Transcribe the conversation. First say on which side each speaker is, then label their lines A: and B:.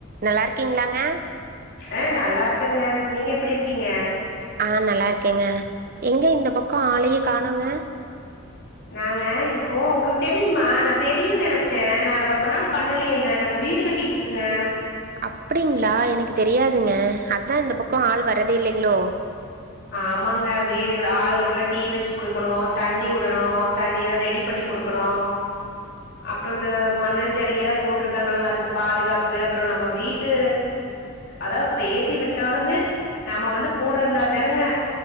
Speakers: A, on the right; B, on the left.
A: நல்லா இருக்கீங்ளாங்க
B: ஆ நல்லா இருக்கங்க நீங்க எப்டி இருக்கீங்க
A: ஆ நல்லா இருக்கேங்க எங்க இந்த பக்கோ ஆளயே காணோங்க
B: நாங்க இப்போ உங்ளுக் தெரியுமா நா தெரியு நெனச்சே நா ரொம்ப நாள் பண்ணலியல்ல நாங்க வீடு கட்டிட்ரு க்ங்க
A: அப்டிங்ளா எனக்கு தெரியாதுங்க அதா இந்த பக்கோ ஆள் வரதே இல்லைங்ளோ
B: ஆமாங்க வீடு ஆளுகளுக்கலா டீ வச்சு குடுக்கணூ தண்ணி வுடணூ தண்ணிலா ரெடி பண்ணி குடுக்கணூ <unintelligible> அப்றோ இந்த மண்ணு ஜல்லியெலா போட்ருக்காங்களங்க அதுக்கு பாதுகாப்பு அப்றோ நம்ம வீட்டு அதாது பேசி விட்டாலுமே நம்ம வந்து கூட இருந்தா தெனுங்க